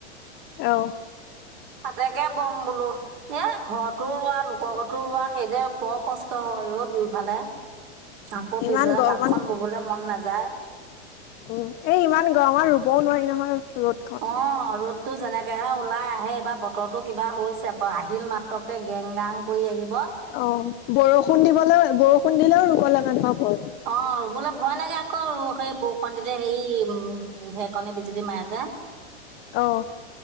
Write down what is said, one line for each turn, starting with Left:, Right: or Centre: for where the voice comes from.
Left: অ'।
Right: তাতেকে বম বোলো। এ ঘৰতো ৰোৱা লোকৰ ঘৰতো ৰোৱা সেইদ বৰ কষ্ট হয় দুইফালে। আকৌ
Left: ইমান
Right: পিছবেলা
Left: গৰমত
Right: তাঠ খন ববলৈ মন নাযায়।
Left: উম এই ইমান গৰ আমাৰ ৰুবও নোৱাৰি নহয়, ৰ'দ
Right: অ' ৰদ তো যেনেকৈহে ওলাই আহে এইবাৰ বতৰটো কিবা হৈছে আহিল মাত্ৰকৈ গেং গাং কৰি আহিব।
Left: অ' বৰষুণ দিবলৈ, বৰষুণ দিলেও ৰুব লাগা নহয় বত।
Right: অ' ৰুবলে ভয় লাগে আকৌ, ৰ সেই বৰ কণতে হে ঢেকনি বিজুলী মাৰে যে।
Left: অ'।